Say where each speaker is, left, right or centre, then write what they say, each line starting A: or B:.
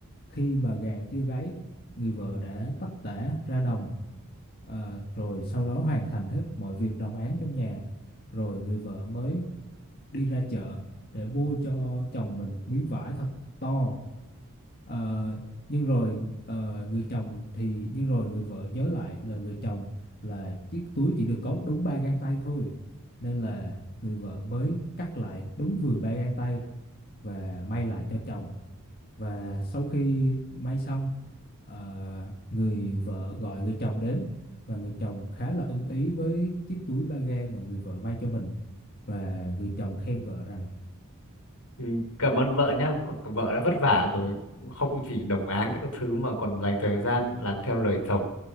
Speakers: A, on the left; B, on the left.
A: khi mà gà chưa gáy người vợ đã tất tả ra đồng ờ, rồi sau đó hoàn thành hết mọi việc đồng áng trong nhà rồi người vợ mới đi ra chợ để mua cho chồng mình một miếng vải thật to. Ờ, nhưng rồi ờ, người chồng thì nhưng rồi người vợ nhớ lại là người chồng là chiếc túi chỉ được có đúng ba gang tay thôi. Nên là người vợ mới cắt lại đúng vừa ba gang tay và may lại cho chồng. Và sau khi may xong, ờ, người vợ gọi người chồng đến và người chồng khá là ưng ý với chiếc túi ba gang mà người vợ may cho mình và người chồng khen vợ rằng
B: Ừ, cảm ơn vợ nhá vợ vợ đã vất vả rồi không chỉ đồng áng các thứ mà còn dành thời gian làm theo lời chồng